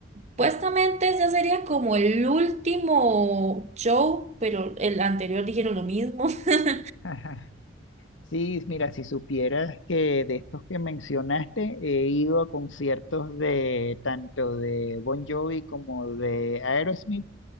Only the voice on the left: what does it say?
<laughs> Sí, mira, si supieras que de estos que mencionaste, he ido a conciertos de tanto de Bon Jovi como de Aerosmith,